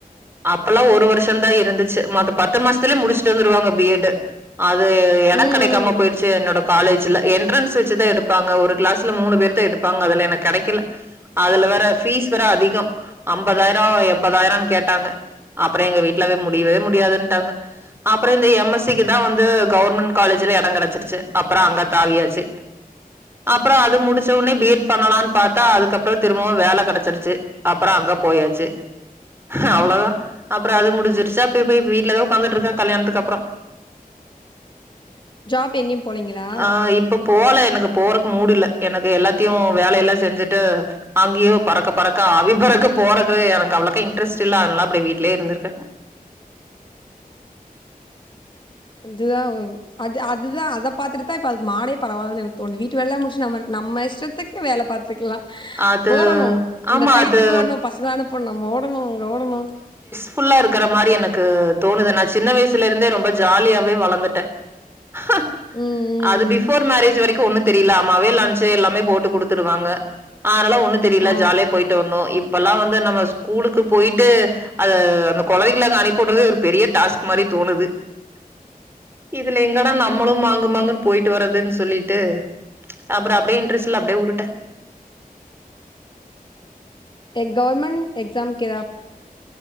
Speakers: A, on the right; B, on the left.
A: அப்பல்லா ஒரு வருஷன்தா இருந்துச் மொது பத்து மாஸ்த்துலே முடிச்ட்டு வந்துருவாங்க பி எட்டு அது எடன்
B: ம்
A: கடைக்காம
B: ம்
A: போய்டுச்சு
B: ம்
A: என்னோட காலேஜ்ஜுல என் ட்ரன்ஸ் வச்சிதா எடுப்பாங்க ஒரு க்ளாஸ்ல மூணு பேரத்தா எடுப்பாங்க அதுல என கிடைக்கல அதுல வேற ஃபீஸ் வெற அதிகம் அம்பதாய்ரோ எம்பதாய்ரன் கேட்டாங்க அப்ற எங்க வீட்லவே முடிவே முடியாதுன்ட்டாங்க அப்ற இந்த எம் எஸ் திக்கிதா வந்து கௌர்மெண் காலேஜ்ல யட கடச்சிருச்சு அப்பறா அங்க தாவியாச்சு அப்றா அது முடிச்ச உனே பி எட் பண்ணலான் பாத்தா அதுக்கப்றோ திரும்பவு வேல கடச்சிருச்சு அப்பற அங்க போயாச்சு அவ்வளதா அப்ற அது முடின்சிருச்சி அப்ப இப்பி வீட்லதா உக்காந்துட்ருக்கா கல்யாண்த்துக்கப்பறோ
B: ஜாப் எங்யும் போளீங்களா
A: ஆ இப்ப போல எனக்கு போறக் மூட் இல்ல எனது எல்லாத்யு வேல எல்லா செஞ்சுட்டு அங்யோ பறக்க பறக்க ஆவி பறக்க போறக்வே எனக் அவ்ளக்கா இன்ட்ரெஸ்ட் இல்ல அதனால அப்டி வீட்லே இருந்துருக்கே
B: அதுதா ஊன் அது அதுதா அத பாத்துட்டுத்தா இப்ப அதுக்கு மாடே பரவால்ல எனக் தோணுது வீட்டு வேல்லாம் முட்ஷு நம்ம நம்ம இஷ்டத்துக்கு வேல பாத் தெக்லா
A: அது
B: ஓடணு அந்த
A: ஆமா
B: டைய்த்துக்கு
A: அது
B: ஓட்ணு பசங்கள அனுப்புண் நம்ம ஓடணு அங்க ஓடணு
A: ஃபுல்லா இருக்கற மாறி எனக்கு தோணுது நா சின்ன வயசுல இருந்தே ரொம்ப ஜாலியாவே வளந்துட்டே ஹ
B: ம் ம்
A: அது பிஃபோர் மேரேஜ் வரைக்கு ஒன்னு தெரில அம்மாவே லன்ச்சு எல்லாமே போட்டு குடுத்துடுவாங்க அனால ஒன்னு தெரில
B: ஆ
A: ஜாலியா போய்ட்டு வந்நோ இப் பல்லா வந்து நம்ப ஸ்கூலுக்கு போய்ட்டு அது அந்த கொலைகள அங்க அனுப்பிவுட்றதே ஒரு பெரிய டாஸ்க் மாறி தோணுது இதுலிங் என்னடா நம்மளு மாங்கு மாங்குன் போய்ட்டு வரதுன்சொல்லிட்டு அப்ற அப்படியே இன்ட்ரெஸ் இல்ல அப்படியே உட்டுட்டன்
B: எ கவ்ர்மெண் எக்ஜாம் கெறாப்